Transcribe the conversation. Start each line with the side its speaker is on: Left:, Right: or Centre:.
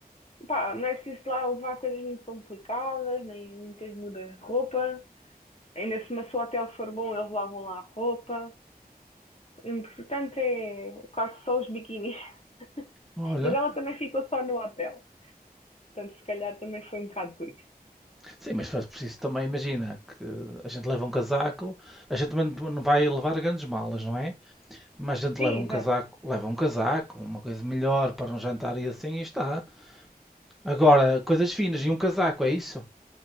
Left: pá, não é preciso lá levar coisas muito complicadas, nem muitas mudas de roupa. Ainda se o seu hotel for bom, eles lavam lá a roupa. O importante é quase só os biquínis. <laughs>
Centre: Olha,
Left: Mas ela também ficou só no hotel. Portanto, se calhar também foi um bocado por isso.
Centre: sim, mas faz preciso também, imagina, que a gente leva um casaco, a gente também não não vai levar grandes malas, não é? Mas a gente
Left: Sim,
Centre: leva um
Left: exato.
Centre: casaco, leva um casaco, uma coisa melhor para um jantar e assim e está. Agora, coisas finas e um casaco, é isso?